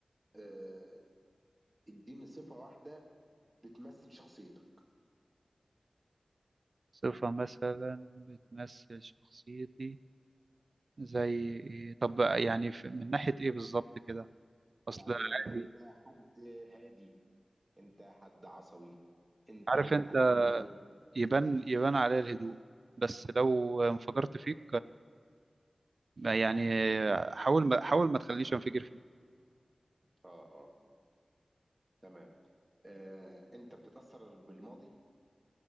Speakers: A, on the right (about 25°); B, on the right (about 70°).
A: آه اديني صفه واحده بتمثل شخصيتك
B: صفة مثلا بتمثل شخصيتي زي ايه طب بقى يعني في- من ناحية ايه بالظبط كده اصل
A: يعني
B: عادي
A: انت حد هادي انت حد عصبي انت
B: عارف انت
A: حد
B: يبان يبان عليها الهدوء بس لو انفجرت فيك ما- يعني حاول ما حاول ما تخليش انفجر فيه
A: اه اه تمام آه انت بتتاثر بالماضي